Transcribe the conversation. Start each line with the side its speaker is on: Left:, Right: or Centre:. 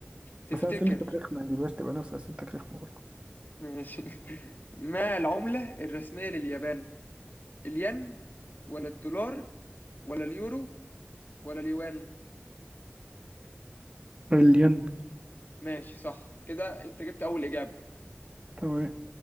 Left: تفتكر
Right: بس أنا أسئلتي كانت رخمة يعني بلاش تبقى نفس أسئلتك رخمة برضه
Left: ماشي <laughs> ما العملة الرسمية لليابان الين ولا الدولار ولا اليورو ولا اليوان
Right: الين
Left: ماشي صح كده انت جبت اول اجابة
Right: تمام